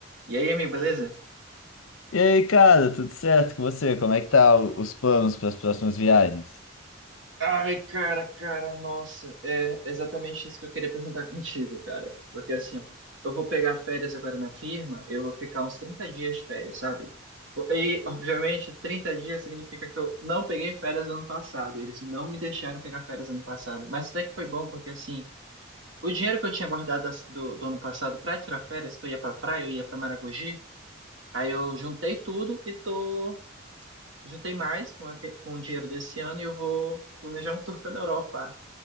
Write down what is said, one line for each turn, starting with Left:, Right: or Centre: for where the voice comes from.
Right: E aí, amigo, beleza?
Left: E aí, cara, tudo certo com você? Como é que tá o- os planos para as próximas viagens?
Right: Ai, cara, cara, nossa, é exatamente isso que eu queria perguntar <laughs> contigo, cara. Porque assim, eu vou pegar férias agora na firma, eu vou ficar uns 30 dias de férias, sabe? E, obviamente, 30 dias significa que eu não peguei férias ano passado, eles não me deixaram pegar férias ano passado. Mas até que foi bom, porque assim, o dinheiro que eu tinha guardado as- do, do ano passado pra tirar férias, que eu ia pra praia, eu ia pra Maragogi, aí eu juntei tudo e tô juntei mais com, aque- com o dinheiro desse ano e eu vou planejar um tour pela Europa.